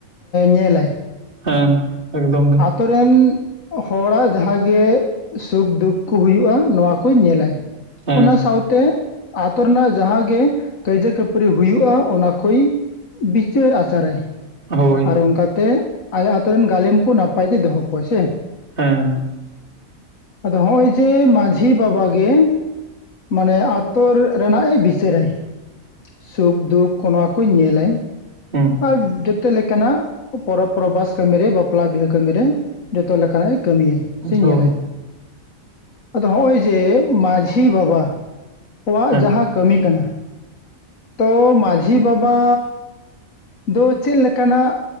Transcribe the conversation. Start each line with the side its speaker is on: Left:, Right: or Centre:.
Left: ᱧᱮᱞᱟᱭ᱾
Right: ᱦᱮᱸ ᱮᱠᱫᱚᱢ ᱜᱮ
Left: ᱟᱛᱳ ᱨᱮᱱ ᱦᱚᱲᱟᱜ ᱡᱟᱦᱟᱸ ᱜᱮ ᱥᱩᱠᱫᱩᱠ ᱠᱚ ᱦᱩᱭᱩᱜᱼᱟ ᱱᱚᱣᱟ ᱠᱚᱭ ᱧᱮᱞᱟᱭ
Right: ᱦᱮᱸ
Left: ᱚᱱᱟ ᱥᱟᱶᱛᱮ ᱛᱮ ᱟᱛᱳ ᱨᱮᱱᱟᱜ ᱡᱟᱦᱟᱸ ᱜᱮ ᱠᱟᱹᱭᱡᱟᱹ ᱠᱷᱟᱹᱯᱟᱹᱨᱤ ᱦᱩᱭᱩᱜᱼᱟ ᱚᱱᱟ ᱠᱚᱭ ᱵᱤᱪᱟᱹᱨ ᱟᱪᱟᱨᱮ,
Right: ᱦᱳᱭ
Left: ᱟᱨ ᱚᱱᱠᱟᱛᱮ ᱟᱭᱟᱜ ᱟᱛᱩᱨ ᱨᱮᱱ ᱜᱟᱞᱮᱢ ᱠᱚ ᱱᱟᱯᱟᱭ ᱛᱮ ᱫᱚᱦᱚ ᱠᱚᱟᱭ ᱥᱮ
Right: ᱦᱮᱸ
Left: ᱟᱫᱚ ᱦᱚᱜᱼᱚᱭ ᱡᱮ ᱢᱟᱺᱡᱷᱤ ᱵᱟᱵᱟ ᱜᱮ ᱢᱟᱱᱮ ᱟᱛᱚᱨ ᱨᱮᱱᱟᱜᱼ ᱮ ᱵᱤᱪᱟᱹᱨᱟᱭ ᱥᱩᱠᱫᱩᱠ ᱚᱱᱟ ᱠᱩᱧ ᱧᱮᱞᱟ᱾
Right: ᱦᱮᱸ
Left: ᱟᱨ ᱡᱚᱛᱚ ᱞᱮᱠᱟᱱᱟᱜ ᱯᱚᱨᱚᱵᱽ ᱯᱚᱨᱵᱷᱟᱥ ᱠᱟᱹᱢᱤᱨᱮ ᱵᱟᱯᱞᱟ ᱵᱤᱦᱟᱹ ᱠᱟᱹᱢᱤ ᱨᱮ ᱡᱷᱚᱛᱚ ᱞᱮᱠᱟᱱᱟᱜ ᱮ ᱠᱟᱹᱢᱤᱭᱤᱭᱟ᱾ ᱥᱮᱧ
Right: ᱦᱳᱭ
Left: ᱧᱮᱞᱟᱭ ᱟᱫᱚ ᱦᱚᱜᱼᱚᱭ ᱡᱮ ᱢᱟᱺᱡᱷᱤ ᱵᱟᱵᱟ ᱠᱚᱣᱟᱜ
Right: ᱦᱮᱸ
Left: ᱡᱟᱦᱟᱸ ᱠᱟᱹᱢᱤ ᱠᱟᱱᱟ, ᱛᱚ ᱢᱟᱺᱡᱷᱤ ᱵᱟᱵᱟ ᱫᱚ ᱪᱮᱫ ᱞᱮᱠᱟᱱᱟᱜ